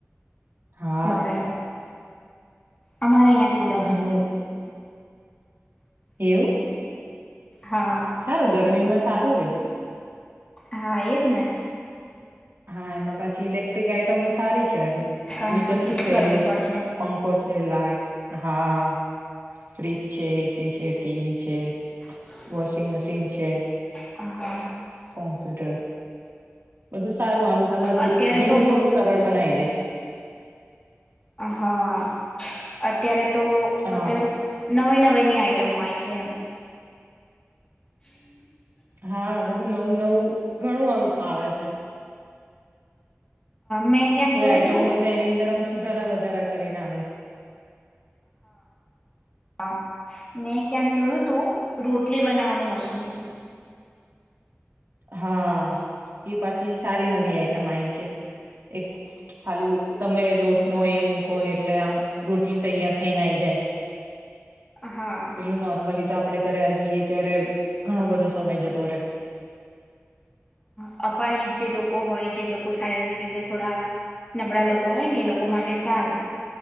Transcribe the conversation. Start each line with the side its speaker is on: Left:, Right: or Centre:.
Right: હા
Left: બરાબર. અમારે અહીંયા કુલર
Right: ઘણું
Left: છે.
Right: એવું.
Left: હા
Right: સારું ગરમી માં સારું રે
Left: હા એજ ને.
Right: હા એમાં પછી ઇલેક્ટ્રિક આઈટમો સારી છે એ
Left: કારણ
Right: વિકસિત
Left: કે કેટલી
Right: થયેલી
Left: ગરમી પડશે એમ
Right: પંખો એ <unintelligible> હા ફ્રિજ છે, એસી છે, ટીવી છે,
Left: <inaudible>
Right: વોશિંગ મશીન છે.
Left: હા.
Right: કોમ્પ્યુટર બધું સારું આમ તમારું
Left: અત્યારે
Right: જીવન
Left: તો
Right: થોડું સરળ બનાવી દે.
Left: હા અત્યારે. તો બધે
Right: હા
Left: નવી નવી ની આઈટમો હોય છે એમ. <inaudible>
Right: હા બધું નવું નવું ઘણું આમ આવે છે.
Left: મેં ક્યાંક
Right: કોઈ
Left: જોયું
Right: આઈટમ
Left: તું
Right: હોય તો એની અંદર આમ સુધારા વધારા કરીને આવે.
Left: હા મેં ક્યાંક જોયું તું રોટ લી બનાવવાનું મશીન હતું
Right: હા એ પાછી સારી નવી આઈટમ આઈ છે એક ખાલી રીતે તમે લોટનો એ મૂકો ને એટલે આમ રોટલી તૈયાર થઈને આઈ જાય.
Left: હા
Right: પેલું નોર્મલી તો આપડે કર્યા જીએ ત્યારે ઘણો બધો સમય જતો રે
Left: અપાહિત જે લોકો હોય જે લોકો શારીરિક રીતે થોડા નબળા લોકો હોય ને એ લોકો માટે સારું.